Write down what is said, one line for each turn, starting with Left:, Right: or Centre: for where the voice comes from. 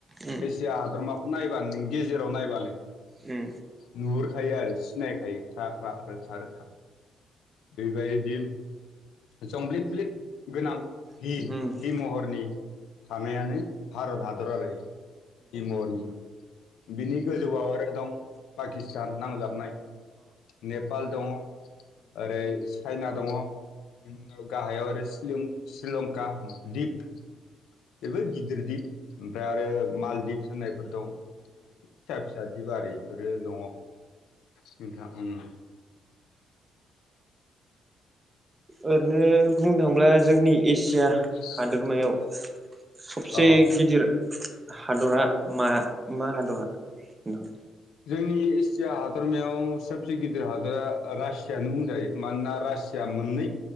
Right: उम
Left: एसिया हादरमाखौ नायबानो नों गेजेराव नायबानो
Right: उम
Left: नुहुरखायो आरो सिनायखायो ख्रा ख्रा, रोखा रोखा। बेबायदि जंब्लिब ब्लिब गोनां भि
Right: मालदिभ्स
Left: भि महरनि थानाय आनो भारत हादर आरो भि महरनि। बिनि गोजौआव आरो दं पाकिस्तान नांजाबनाय। नेपाल दङ ओरै चाइना दङ। <unintelligible> गाहायाव आरो <unintelligible> श्रीलंका दिप। बेबो गिदिर दिप ओमफ्राय आरो मालदीप होननायफोर दं। फिसा फिसा दिप आरो इफोर। बे दङ नोंथां उम।
Right: ओरैनो बुंनो
Left: <inaudible> जोंनि
Right: थाङोब्ला एसिया
Left: एसिया
Right: हादोरमायाव सबसे
Left: अ
Right: गिदिर हादरा मा मा हादरा नोंथां?
Left: जोंनि एसि या हादरमायाव सबसे गिदिर हादरा रासियानो बुंजायो मानोना रासिया मोननै